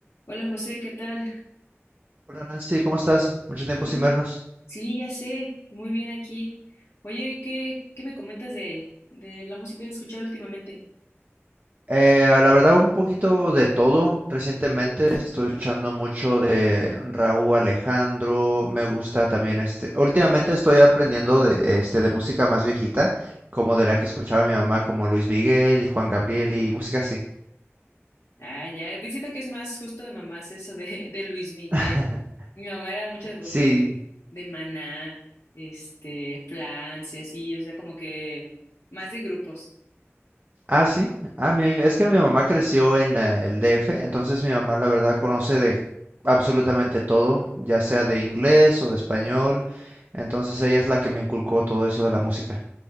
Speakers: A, on the left; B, on the right.
A: Hola José, ¿qué tal?
B: Hola Nancy, ¿cómo estás? Mucho tiempo
A: Bien.
B: sin vernos.
A: Sí, ya sé, muy bien aquí. Oye, ¿qué, qué me comentas de, de la música que has escuchado últimamente?
B: Eh, la verdad, un poquito de todo. Recientemente estoy escuchando mucho de Raúl Alejandro. Me gusta también este. Últimamente estoy aprendiendo de este de música más viejita, como de la que escuchaba mi mamá, como Luis Miguel y Juan Gabriel y música así.
A: Ah, ya, eh, pues siento que es más justo de mamás eso de, <laughs> de Luis Miguel.
B: <laughs>
A: Mi mamá era mucho de, por
B: Sí,
A: ejemplo, de, de Maná, este, Flans y así, o sea, como que más de grupos.
B: Ah, sí. Ah, mi- es que mi mamá creció en eh, el DF, entonces mi mamá la verdad conoce de absolutamente todo, ya sea de inglés o de español, entonces ella es la que me inculcó todo eso de la música.